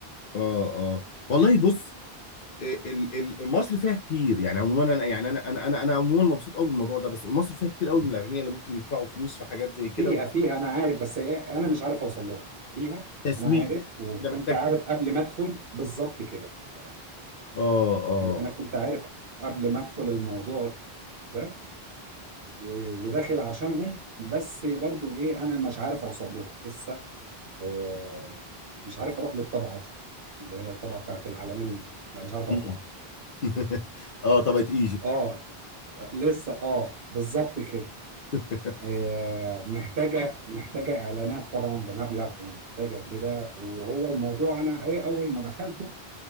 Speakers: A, on the left (about 60°); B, on the right (about 60°).
A: اه اه والله بص ال- ال- مصر فيها كتير يعني عموما انا يعني انا انا انا انا عموما مبسوط قوي بالموضوع ده بس مصر فيها كتير قوي من الاغنياء اللي ممكن يدفعوا فلوس في حاجات زي كده
B: فيها
A: وحتى
B: فيها انا عارف بس هي- انا مش عارف اوصل لها فيها
A: تسويق
B: انا عارف
A: بقى.
B: وكنت
A: كده محتاج
B: عارف قبل ما ادخل بالظبط كده آه.
A: اه اه
B: انا كنت عارف قبل ما ادخل الموضوع ده و- وداخل عشانهم بس برضو ايه انا مش عارف اوصل لهم لسه آه، مش عارف اروح للطبقه دي اللي هي الطبقه بتاعت العالمين دي لا مش عارف
A: مم.
B: اروح لها
A: <laughs> اه طبقة ايجيبت
B: اه آه، لسه اه بالظبط كده
A: <laughs>
B: آه، محتاجة محتاجة إعلانات طبعا بمبلغ ومحتاجة كده وهو الموضوع أنا إيه أول ما دخلته